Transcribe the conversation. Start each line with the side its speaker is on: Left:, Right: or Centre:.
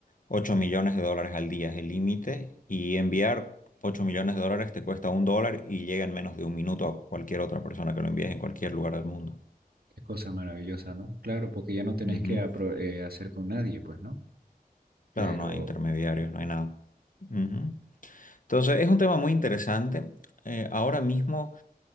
Left: ocho millones de dólares al día es el límite y enviar 8 millones de dólares te cuesta un dólar y llega en menos de un minuto a cualquier otra persona que lo envíes en cualquier lugar del mundo.
Right: Qué cosa maravillosa, ¿no? Claro, porque ya no tenés
Left: Ujú.
Right: que apro- eh, hacer con nadie, pues, ¿no? Pero,
Left: Claro, no hay intermediarios, no hay nada. Ujú. Entonces, es un tema muy interesante. Eh, ahora mismo...